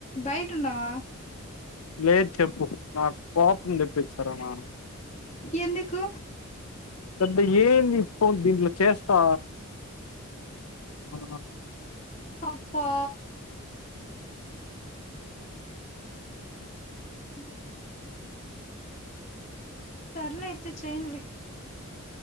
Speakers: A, on the left (about 30°); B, on the left (about 85°).
A: బయటి ఉన్నావా
B: లేదు చెప్పు నాకు కోపు తట్ వచ్చారమా
A: ఎందుకు
B: పెద్ద ఏంది ఇ ఫన్ దీంట్లో చేస్తా ఆ
A: అప్పా హ సర్ల అయితే చెయడి